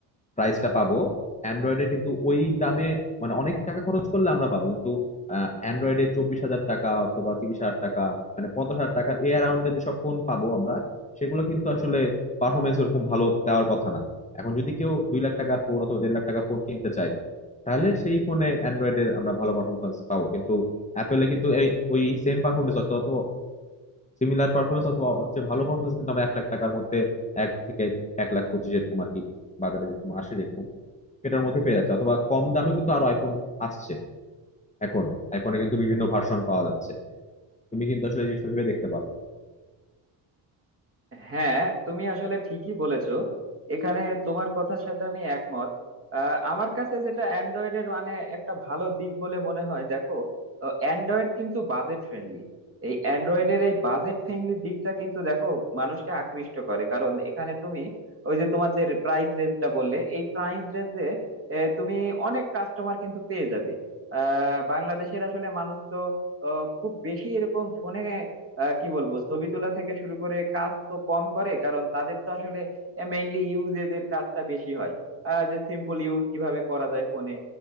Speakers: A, on the left (about 15°); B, on the right (about 30°).
A: প্রাইসটা পাবো অ্যান্ড্রয়েডে কিন্তু ওই দামে মানে অনেক টাকা খরচ করলে আমরা পাবো কিন্তু অ্যান্ড্রয়েডে চব্বিশ হাজার টাকা অথবা তিরিশ হাজার টাকা মানে পঞ্চাশ হাজার টাকার এ অ্যারাউন্ডে যেসব ফোন পাবো আমরা সেগুলো কিন্তু আসলে পারফরমেন্স ওরকম ভালো দেওয়ার কথা না এখন যদি কেউ দুই লাখ টাকার ফোন অথবা দেড় লাখ টাকার ফোন কিনতে চায় তাহলে সেই ফোনে অ্যান্ড্রয়েডের আমরা ভালো পারফরমেন্স পাবো কিন্তু অ্যাপেলে কিন্তু এই ওই সেম পারফরমেন্স অথবা অথবা সিমিলার পারফরমেন্স অথবা হচ্ছে ভালো পারফরমেন্স কিন্তু আমরা এক লাখ টাকার মধ্যে এক থেকে এক লাখ পঁচিশ এরকম আর কি বাজারে যেরকম আসে যেরকম এটার মধ্যে পেয়ে যাচ্ছে অথবা কম দামেও কিন্তু আরো আইফোন আসছে এখন আইফোনে কিন্তু বিভিন্ন ভার্সন পাওয়া যাচ্ছে তুমি কিন্তু আসলে এই জিনিসটা ভেবে দেখতে পারো
B: হ্যাঁ তুমি আসলে ঠিকই বলেছো এখানে তোমার কথার সাথে আমি একমত আহ, আমার কাছে যেটা অ্যান্ড্রয়েডের মানে একটা ভালো দিক বলে মনে হয় দেখো অ্যান্ড্রয়েড কিন্তু বাজেট ফ্রেন্ডলি এই অ্যান্ড্রয়েডের এই বাজেট ফ্রেন্ডলি দিকটা কিন্তু দেখো মানুষকে আকৃষ্ট করে কারণ এখানে তুমি ওই যে তোমার যে প্রাইস রেঞ্জটা বললে এই প্রাইস রেঞ্জে তুমি অনেক কাস্টমার কিন্তু পেয়ে যাবে আহ বাংলাদেশের আসলে মানুষ তো আহ, খুব বেশি এরকম ফোনে আহ, কি বলবো ছবি তোলা থেকে শুরু করে কাজ তো কম করে কারণ তাদের তো আসলে মেইনলি ইউজেজ এর কাজটা বেশি হয় আহ, যে সিম্পল ইউজ কিভাবে করা যায় ফোনে